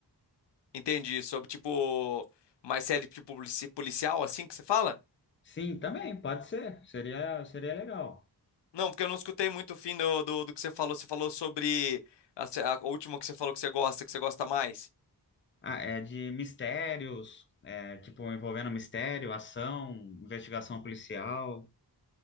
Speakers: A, on the left; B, on the left.
A: Entendi, sobre tipo mais série tipo polici- policial, assim que você fala?
B: Sim, também, pode ser. Seria, seria legal.
A: Não, porque eu não escutei muito o fim do, do, do que você falou. Você falou sobre a, se- a última que você falou que você gosta, que você gosta mais.
B: Ah, é de mistérios, é, tipo, envolvendo mistério, ação, investigação policial.